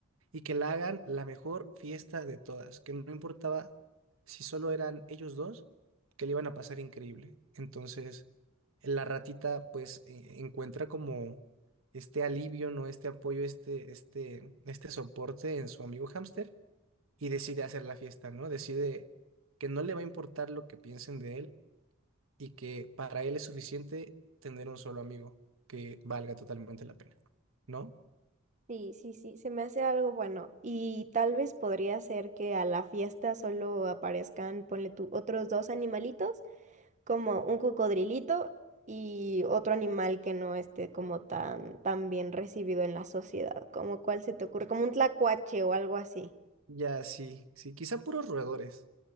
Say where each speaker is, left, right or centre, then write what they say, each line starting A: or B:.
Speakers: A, on the right (about 75°); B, on the right (about 35°).
A: y que la hagan la mejor fiesta de todas, que no importaba si solo eran ellos dos, que le iban a pasar increíble. Entonces, la ratita pues e- encuentra como este alivio, ¿no? Este apoyo, este, este, este soporte en su amigo hámster y decide hacer la fiesta, ¿no? Decide que no le va a importar lo que piensen de él y que para él es suficiente tener un solo amigo que valga totalmente la pena, ¿no?
B: Sí, sí, sí, se me hace algo bueno. Y tal vez podría ser que a la fiesta solo aparezcan, ponle tú, otros dos animalitos, como un cocodrilito y otro animal que no esté como tan, tan bien recibido en la sociedad. Como cuál se te ocurre, como un tlacuache o algo así.
A: Ya, sí, sí, quizá puros roedores,